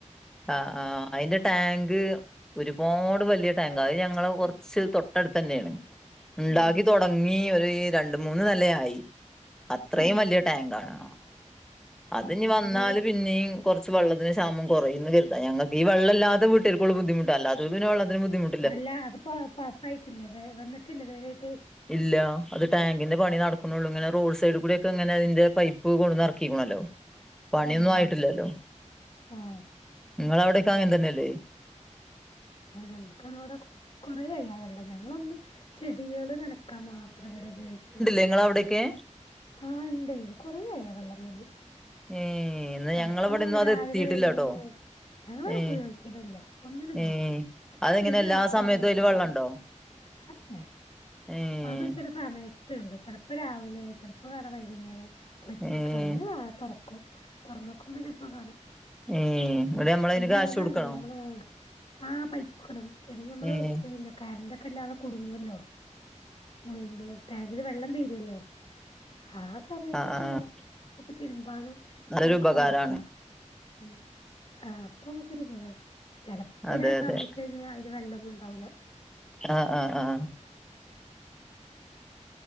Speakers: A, in the centre; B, on the left (about 45°).
A: ആ ആ അയിന്റെ ടാങ്ക് ഒരുപാട് വല്യയ ടാങ്കാ അത് ഞങ്ങളെ കൊറച്ച് തൊട്ടടുത്ത് തന്നെയാണ്. ണ്ടാക്കി
B: ആഹ്
A: തുടങ്ങി ഒരു രണ്ട് മൂന്ന് നെല ആയി അത്രയും
B: തന്നെ
A: വല്യയ ടാങ്ക് ആണോ അത്ഞ്ഞ്
B: ആഹ് അപ്പൊ
A: വന്നാല്
B: അത്
A: പിന്നീം കുറച്ച് വെള്ളത്തിന്റെ ക്ഷാമംകുറയുംന്ന് കരുതാ ഞങ്ങക്ക് ഈ വള്ളല്ലാത്ത വീട്ടേര്ക്കൊള്ളൂ ബുദ്ധമുട്ടല്ലാത്തവർക്ക് പിന്നെ വള്ളത്തിന് ബുദ്ധിമു
B: അല്ല അത് പ്പൊ പാസ്സായിട്ടില്ലേ അത് വന്നിട്ടില്ലേ ഇത് വരെ ആയിട്ട്
A: ഇല്ല അത് ടാങ്കിന്റെ പണി നടക്കുണൊള്ളൂ ഇങ്ങനെ റോഡ് സൈഡ് കൂടി ഒക്കെ ഇങ്ങനെ അതിന്റെ പൈപ് പൈപ്പും കൊട്ന്നെറക്കിക്ണല്ലോ പണിയൊന്നും
B: ആഹ്
A: ആയിട്ടില്ലല്ലോ.
B: ആഹ്
A: ഇങ്ങളെവിടെ ഒക്കെ അങ്ങൻ തന്നെഅല്ലേ
B: ആ ഞങ്ങക്കത്‌വെടെ കൊറേയായി ആ വെള്ളം ഞങ്ങളൊന്ന് ചെടികള് നന ക്കാ മാത്രേ ഇവിടെ ഉപയോഗിക്കൊള്ളൂ.
A: നിങ്ങളവിടൊക്കെ
B: ആഹ് ഇണ്ടേ കൊറെ ആയി ആ വെള്ളം വര്ണ്
A: ഏ എന്നാ
B: ചെലപ്പോ
A: ഞങ്ങളവിടെന്നും അത്
B: രാവിലെ
A: എത്തിയിട്ടില്ല
B: വരും
A: കേട്ടോ
B: ഞങ്ങള്
A: ഏ
B: ഉപ ഗിക്കലില്ല ഒന്നിനും ഉപയോഗിക്ക്ല്ല
A: ഏ അതെങ്ങനെ
B: ചെടി
A: എല്ലാ
B: നനക്കാ
A: സമയത്തും
B: മാത്രം
A: അതില് വെള്ളണ്ടോ
B: അ തന്നെ
A: ഏ
B: അത് ചെല സമയത്തേ ഒള്ളു ചെലപ്പോ രാവിലെ ചെലപ്പോ കാണാ വൈകുന്നേരം പൊച്ചക്കെ
A: ഏഹ്
B: അങ്ങനെ നേ തൊറക്കും തൊറന്നോക്കുമ്പോ ചെലപ്പോ കാണും
A: ഏഹ് ഇവിടെ നമ്മളതിന്
B: പിന്നെ
A: കാശ്
B: എന്താന്നോ
A: കൊടുക്കണോ
B: ഞമ്മള് ആ ആ പൈസ കൊടു പിന്നെ ഞമ്മള്
A: ഏഹ്
B: പിന്നെ കറന്റ ഒക്കെ ഇല്ലാതെ കുടുങ്ങല്ലോ മുറിന്റെ ടാങ്കില് വെള്ളം തീരുവല്ലോ ആ സമയത്തൊക്കെ
A: ആഹ് ആഹ്
B: ഞാൻ ചെലേപ്പൊക്കെ തിര്മ്പാനും
A: നല്ലൊരു
B: ഇതിനൊക്കൊ
A: ഉപകാരാണ്
B: ഇട്ക്കാ ഉം ആഹ് ഇപ്പ നമുക്കൊരു ഉപകാരാ ചെലപ്പയ്ന്
A: അതെ
B: ആ
A: അതെ
B: സമയത്തയ്ന് അയില് വെള്ളാന്നും ഇണ്ടാവൂല്ല
A: ആഹ് ആഹ് ആഹ്